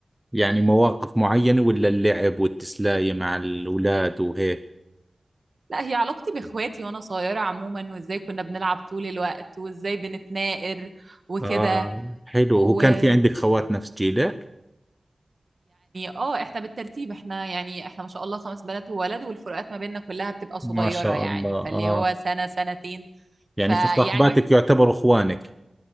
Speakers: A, in the centre; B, on the right.
A: يعني مواقف معينة ولا اللعب والتسلاية مع الأولاد وهيك
B: لا هي علاقتي باخواتي وانا صغيره عموما وازاي كنا بنلعب طول الوقت وازاي بنتناقر وكده
A: آه حلو
B: ويعني
A: هو كان في عندك خوات نفس جيلك
B: اه احنا بالترتيب احنا يعني احنا ما شاء الله خمس بنات وولد والفروقات ما بيننا كلها بتبقى صغيره
A: ما شاء
B: يعني
A: الله آه
B: فاللي هو سنه سنتين
A: يعني
B: فيعني
A: فصاحباتك يعتبروا إخوانك